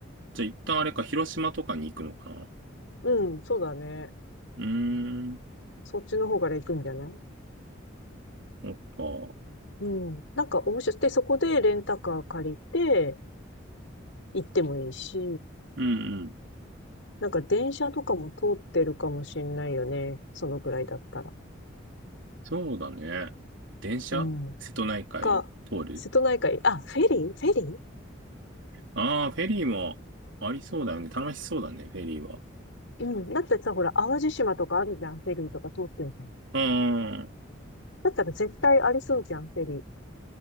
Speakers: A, on the right; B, on the left.
A: じゃあ一旦あれか、広島とかに行くのかな
B: うん、そうだね。
A: うーん、
B: そっちの方から行くんじゃない
A: そっか。
B: うん。なんか面白い。で、そこでレンタカー借りて、行ってもいいし。
A: うんうん。
B: なんか電車とかも通ってるかもしんないよね。そのぐらいだったら。
A: そうだね。電車瀬戸内海を通る
B: うん。か、瀬戸内海、あ、フェリーフェリー
A: ああー、フェリーもありそうだよね。楽しそうだね、フェリーは。
B: うん。だってさ、ほら、淡路島とかあるじゃん、フェリーとか通ってるじゃん。
A: うーん。
B: だったら絶対ありそうじゃん、フェリー。